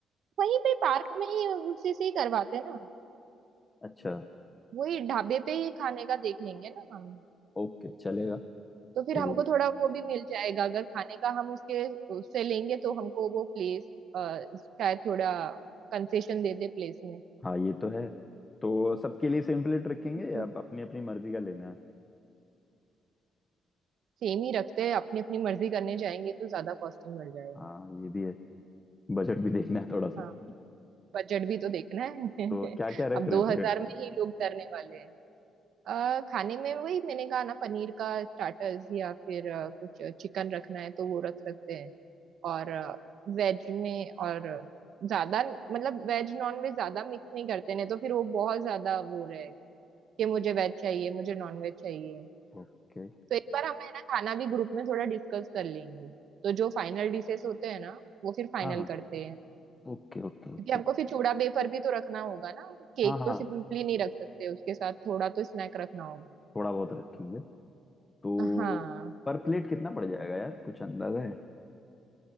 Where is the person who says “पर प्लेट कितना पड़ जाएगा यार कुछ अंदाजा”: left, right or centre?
Left